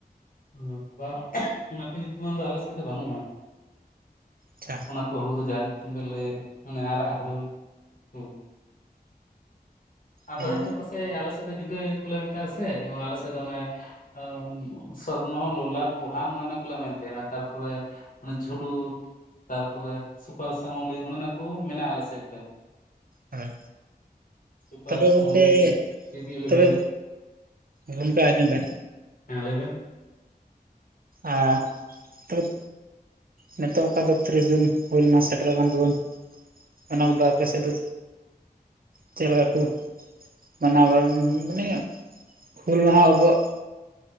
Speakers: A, on the left; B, on the right.
A: ᱚᱸ ᱵᱟᱝ ᱚᱱᱟ ᱠᱚ ᱧᱩᱛᱩᱢᱟᱱ ᱫᱚ ᱟᱞᱮ ᱥᱮᱜ ᱫᱚ ᱵᱟᱱᱩᱜ-ᱟ᱾
B: ᱪᱷᱟ᱾
A: ᱚᱱᱟ ᱠᱚ ᱦᱩᱲᱩ ᱫᱚ ᱡᱟᱦᱟᱸ ᱧᱩᱛᱩᱢ ᱵᱮᱱ ᱞᱟᱹᱭᱮᱜ ᱢᱟᱱᱮ ᱟᱨᱟᱜ ᱦᱩᱲᱩ ᱠᱩ᱾ ᱟᱫᱚ
B: ᱦᱮᱸ
A: ᱦᱳᱭᱛᱳ ᱯᱟᱥᱮᱜ ᱟᱞᱮ ᱥᱮᱜ ᱫᱚ ᱡᱩᱫᱟᱹ ᱠᱩᱞᱮ ᱢᱮᱛᱟᱜ-ᱟ ᱥᱮ ᱡᱮᱢᱚᱱ ᱟᱞᱮ ᱥᱮᱜ ᱫᱚ ᱚᱱᱮᱼᱼ ᱚᱣᱢ ᱥᱚᱨᱱᱚ ᱞᱚᱞᱼᱞᱟᱴ ᱵᱩᱲᱦᱟᱱ ᱚᱱᱮ ᱚᱱᱟ ᱠᱩᱞᱮ ᱢᱮᱱ ᱛᱮᱦᱮᱱᱟ ᱛᱟᱨᱯᱚᱨᱮᱼᱼ ᱚᱱᱮ ᱡᱷᱩᱞᱩ ᱛᱟᱨᱯᱚᱨᱮ ᱥᱩᱯᱟᱨᱤ ᱥᱟᱢᱚᱞᱤ ᱚᱱᱮ ᱚᱱᱟ ᱠᱚ ᱢᱮᱱᱟᱜ-ᱟ ᱟᱞᱮ ᱥᱮᱡ ᱫᱚ᱾
B: ᱦᱳᱭ᱾
A: ᱥᱩᱯᱟᱨ
B: ᱛᱚᱵᱮ
A: ᱥᱟᱢᱚᱞᱤ
B: ᱜᱚᱝᱠᱮᱜ
A: ᱵᱤᱵᱤ ᱤᱞᱮᱵᱷᱮᱱ
B: ᱛᱚᱵᱮ ᱜᱚᱝᱠᱮ ᱟᱸᱡᱚᱢ ᱵᱮᱱ᱾
A: ᱦᱮᱸ ᱞᱟᱹᱭ ᱵᱮᱱ᱾
B: ᱟ ᱛᱚᱵᱮᱛᱼᱼ ᱱᱤᱛᱚᱜ ᱚᱠᱟ ᱫᱚ ᱛᱤᱨᱤᱥ ᱡᱩᱱ ᱦᱩᱞ‌ ᱢᱟᱦᱟᱸ ᱥᱮᱴᱮᱨᱚᱜ ᱠᱟᱱ ᱛᱟᱹᱵᱩᱱᱼᱼ ᱚᱱᱟ ᱠᱩᱫᱚ ᱟᱯᱮ ᱥᱮᱜ ᱫᱚᱼ ᱪᱮᱜ ᱞᱮᱠᱟ ᱠᱩ ᱢᱟᱱᱟᱣ ᱵᱟ ᱩᱸ ᱢᱟᱱᱮ ᱦᱩᱞ ᱢᱟᱦᱟᱸ ᱟᱵᱚᱣᱟᱜ᱾